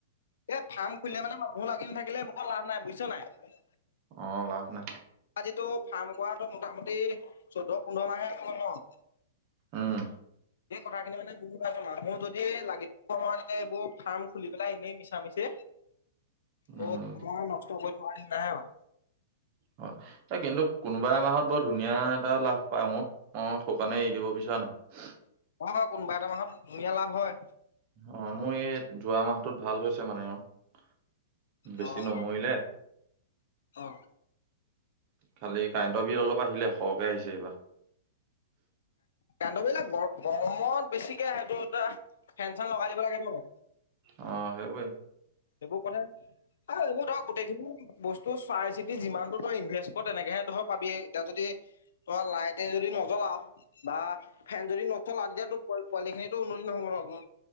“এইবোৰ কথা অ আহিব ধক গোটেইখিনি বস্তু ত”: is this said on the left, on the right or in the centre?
Left